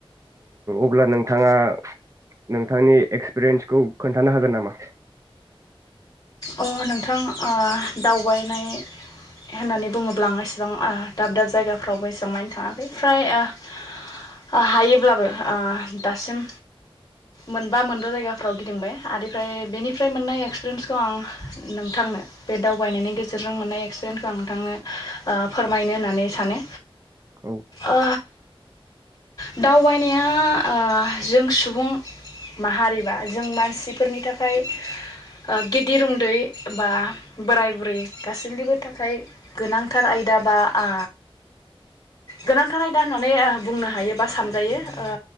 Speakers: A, on the right; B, on the left.
A: अब्ला नोंथाङा नोंथांनि एक्सपिरियेन्सखौ खोन्थानो हागोन नामा
B: अ नोंथां ओ दावबायनाय होननानै बुङोब्ला आं एसेबां आ दाब दाब जायगाफ्रावबो एसेबां मानि थाङाखै फ्राय आं हायोब्लाबो दासिम मोनबा मोनबा जायगाफ्राव गिदिंबाय आरोफ्रायफ्राय बेनिफ्राय मोननाय एक्सपिरियेन्सखौ आं नोंथांनो बे दावबायनायनि गेजेरजों मोननाय एक्स <unintelligible> नोंथांनो ओ फोरमायनो होननानै सानो?
A: औ
B: ओ‌ दाउ दावबायनाया ओ जों सुबुं माहारिबा जों मानसिफोरनि थाखाय ओ गिद धिरूम दै बा बोराय बुरै गासैनिबो थाखाय गोनांथार आयदा बा आ गोनांथार आयदा होननानै ओ बुंनो हायो बा सानजायो ओ